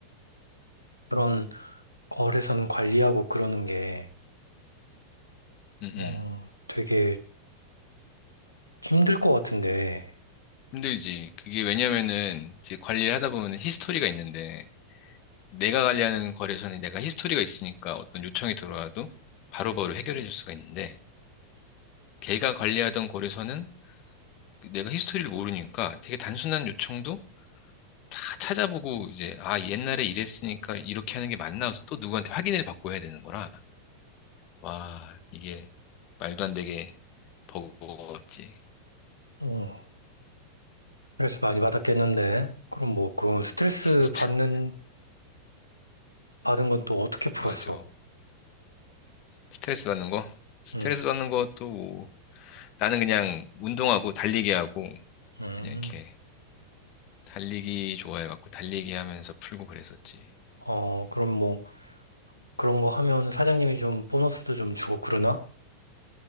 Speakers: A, on the left; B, on the left.
A: 그런 거래선 관리하고 그러는 게,
B: 음,
A: 어,
B: 음.
A: 되게 힘들 것 같은데,
B: 힘들지. 그게 왜냐면은 이제 관리를 하다 보면 히스토리가 있는데 내가 관리하는 거래소는 내가 히스토리가 있으니까 어떤 요청이 들어와도 바로바로 해결해 줄 수가 있는데 걔가 관리하던 거래소는 내가 히스토리를 모르니까 되게 단순한 요청도 다 찾아보고 이제 아 옛날에 이랬으니까 이렇게 하는 게 맞나 해서 또 누구한테 확인을 받고 해야 되는 거라 와 이게 말도 안 되게 버거웠지.
A: 어, 스트레스 많이 받았겠는데? 그럼 뭐, 그런 스트레스
B: <laughs>
A: 받는, 받은 건 또 어떻게 풀었어?
B: 맞아. 스트레스 받는 거? 스트레스
A: 응,
B: 받는 것도 뭐 나는 그냥 운동하고 달리기 하고
A: 음.
B: 그냥 이렇게 달리기 좋아해갖고 달리기 하면서 풀고 그랬었지.
A: 어, 그럼 뭐, 그런 거 하면 사장님이 좀 보너스도 좀 주고 그러나?